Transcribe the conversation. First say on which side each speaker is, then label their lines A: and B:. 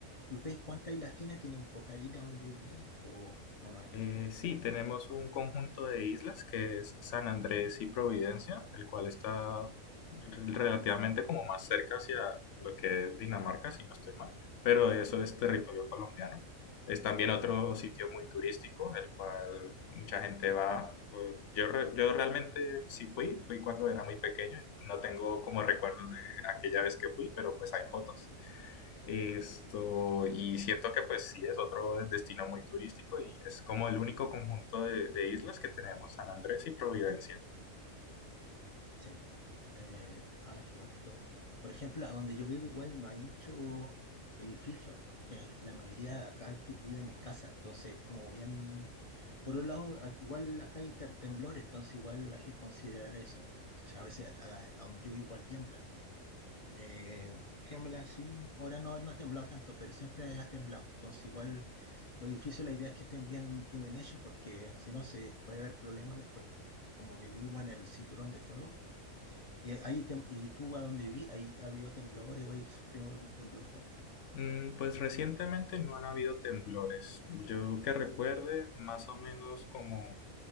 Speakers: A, on the left; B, on the left.
A: ¿Y ustedes cuántas islas tienen? ¿Tienen pocas islas donde vivir o, o no hay?
B: Eh, sí, tenemos un conjunto de islas que es San Andrés y Providencia, el cual está re- relativamente como más cerca hacia lo que es Dinamarca, si no estoy mal, pero eso es territorio colombiano. Es también otro sitio muy turístico, el cual mucha gente va. Eh, Yo, re- yo realmente sí fui, fui cuando era muy pequeño, no tengo como recuerdos de aquella vez que fui, pero pues hay fotos. Esto, y siento que pues sí, es otro destino muy turístico y es como el único conjunto de, de islas que tenemos, San Andrés y Providencia.
A: Sí, bueno. Eh, ah, qué bonito. Por ejemplo, a donde yo vivo igual no hay mucho edificio, que la mayoría de acá vi- viven en casa, entonces como bien, por un lado, a- igual acá hay ter- temblores, entonces igual hay que considerar eso. O sea, a veces a, a- a donde yo vivo igual tiembla. Eh, tiembla así. Ahora no, no ha temblado tanto, pero siempre ha temblado. Entonces, igual lo difícil, la idea es que estén bien, bien bien hechos, porque si no, se puede haber problemas después. Como vivimos en el cinturón de fuego, y ahí tem- y tú a donde viví, ahí ha habido temblores o ahí sufrió algún temblor. ¿o no?
B: Mm, pues recientemente no han habido temblores. Yo que recuerde, más o menos como